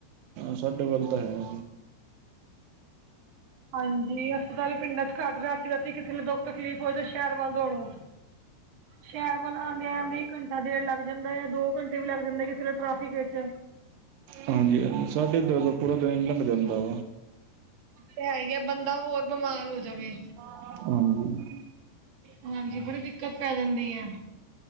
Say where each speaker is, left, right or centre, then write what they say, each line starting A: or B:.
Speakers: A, on the right (about 75°); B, on the right (about 55°).
A: ਸਾਡੇ ਵੱਲ ਤਾਂ ਹੈ
B: ਹਾਂਜੀ ਹਸਪਤਾਲ ਪਿੰਡਾਂ ਚ ਘੱਟ ਰਾਤੀ ਰਾਤੀ ਕਿਸੇ ਲਈ ਦੁੱਖ ਤਕਲੀਫ਼ ਹੋ ਜਾਏ ਤੇ ਸ਼ਹਿਰ ਵੱਲ ਦੌੜੋ ਸ਼ਹਿਰ ਵੱਲ ਆਉਂਦੇ ਆਂਦੇ ਘੰਟਾ ਘੰਟਾ ਡੇਢ ਲੱਗ ਜਾਂਦਾ ਹੈ। ਦੋ ਘੰਟੇ ਵੀ ਲੱਗ ਜਾਂਦਾ ਕਿਸੇ ਟ੍ਰੈਫਿਕ ਵਿੱਚ
A: ਹਾਂਜੀ ਹਾਂਜੀ ਸਾਡੇ ਇਧਰ ਦਾ ਪੂਰਾ ਦਿਨ ਲਗ ਜਾਂਦਾ ਵਾ
B: ਤੇ ਹੈ ਹੀ ਆ ਬੰਦਾ ਹੋਰ ਬਿਮਾਰ ਹੋ ਜਾਵੇ।
A: ਹਾਂਜੀ।
B: ਹਾਂਜੀ ਬੜੀ ਦਿੱਕਤ ਪੈ ਜਾਂਦੀ ਹੈ।